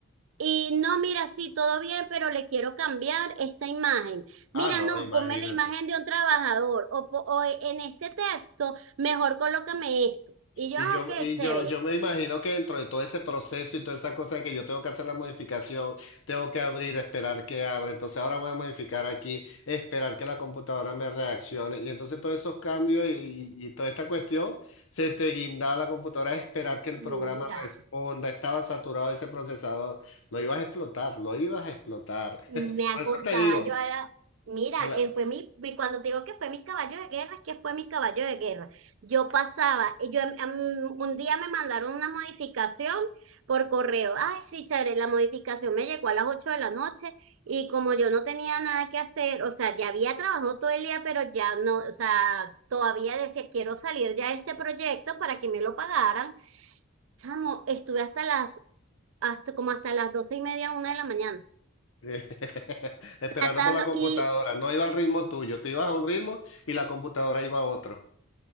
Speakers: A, on the right (about 75°); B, on the left (about 80°).
A: Y no, mira, sí, todo bien, pero le quiero cambiar esta imagen. Mira,
B: Ah, no,
A: no,
B: imagínate.
A: ponme la imagen de un trabajador. O, po- o e, en este texto, mejor colócame esto. Y yo,
B: Y
A: ah,
B: yo,
A: ok,
B: y
A: chévere.
B: yo, yo me imagino que dentro de todo ese proceso y toda esa cosa de que yo tengo que hacer la modificación, tengo que abrir, esperar que abra. Entonces ahora voy a modificar aquí, esperar que la computadora me reaccione. Y entonces todos esos cambios y, y- y toda esta cuestión, se te guindaba la computadora, esperar que el
A: Mira.
B: programa responda. Estaba saturado ese procesador. Lo ibas a explotar, lo ibas a explotar.
A: me
B: <laughs>
A: acostaba
B: Por eso te digo
A: yo a la- Mira,
B: que la-
A: eh, fue mi, mi- cuando te digo que fue mi caballo de guerra, es que fue mi caballo de guerra. Yo pasaba, y yo em, un día me mandaron una modificación por correo. Ay, sí, chévere, la modificación me llegó a las ocho de la noche y como yo no tenía nada que hacer, o sea, ya había trabajado todo el día, pero ya no, o sea, todavía decía, quiero salir ya de este proyecto para que me lo pagaran. Chamo, estuve hasta las, hasta como hasta las doce y media, una de la mañana,
B: <laughs> esperando
A: tratando
B: por la computadora,
A: y...
B: no iba al ritmo tuyo, tú ibas a un ritmo y la computadora iba a otro.